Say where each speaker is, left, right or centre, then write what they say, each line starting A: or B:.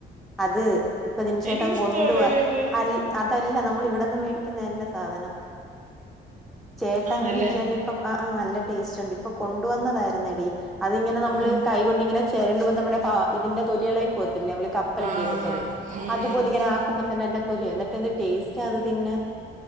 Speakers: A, in the centre; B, on the right.
A: അത് ഇപ്പൊ ബിനു ചേട്ടൻ
B: എനിക്കിഷ്ടമല്ലേ
A: കൊണ്ടുവ
B: അത്
A: അൽ അതല്ല നമ്മൾ ഇവിടെന്ന് മേടിക്കുന്നതല്ല സാധനം ചേട്ടൻ
B: ആണല്ലേ
A: ബിനു ചേട്ടനി ഇപ്പം ആഹ് ആഹ് നല്ല ടേസ്റ്റ് ഉണ്ട് ഇപ്പൊ കൊണ്ടുവന്നതായിരുന്നടി അതിങ്ങനെ
B: ആ
A: നമ്മള്
B: ഉം.
A: കൈകൊണ്ട് ഇങ്ങനെ ചേരണ്ടുമ്പോ നമ്മടെ പാ ഇതിന്റെ തൊലിയെളകിപോവത്തില്ലേ നമ്മള് കപ്പലണ്ടിയൊക്കെ
B: ആ
A: ചേരണ്ട്
B: ആ ഉം,
A: അതുപോലെ
B: ഉം.
A: ഇങ്ങനെ ആക്കുമ്പോ തന്നെ അതിന്റെ തൊലി എന്നിട്ട് എന്ത് ടേസ്റ്റാ അത് തിന്നാൻ